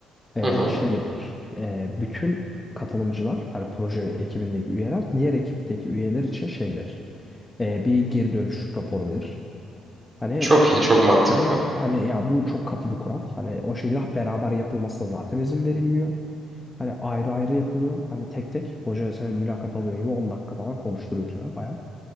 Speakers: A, on the left; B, on the right.
A: e,
B: hı hı.
A: şey yapılır. E, bütün katılımcılar, hani proje ekibindeki üyeler, diğer ekipteki üyeler için şey verir. E, bir geri dönüş raporu verir. Hani
B: Çok iyi çok mantıklı.
A: ve hani ya bu çok katı bir kural. Hani o şekilde beraber yapılmasına zaten izin verilmiyor. Hani ayrı ayrı yapılıyor. Hani tek tek hoca seni mülakat alıyor gibi 10 dakika falan konuşturuyor sana bayağı.